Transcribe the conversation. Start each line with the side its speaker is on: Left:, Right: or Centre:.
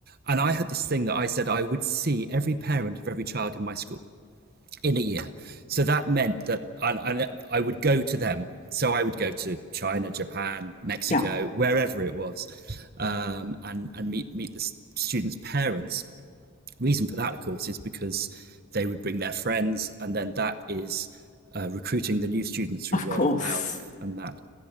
Right: and I had this thing that I said I would see every parent of every child in my school in a year. So that meant that I, I, I would go to them. So I would go to China, Japan, Mexico,
Left: Yeah,
Right: wherever it was, um, and and meet meet the students' parents. Reason for that, of course, is because they would bring their friends, and then that is uh, recruiting the new students through
Left: of
Right: word
Left: course.
Right: of mouth and that.